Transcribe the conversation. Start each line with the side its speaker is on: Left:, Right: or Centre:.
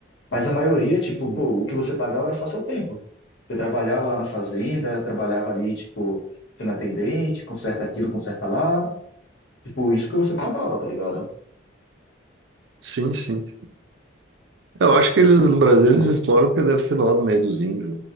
Left: Mas a maioria, tipo,
Right: Sim,
Left: pô, o que você pagava era só seu tempo. Você trabalhava lá na fazenda, trabalhava ali, tipo, sendo atendente, conserta aquilo, conserta lá. Tipo, isso que você pagava, tá ligado?
Right: sim. sim. Eu acho que eles no Brasil eles exploram porque deve ser lá no meio dos índios,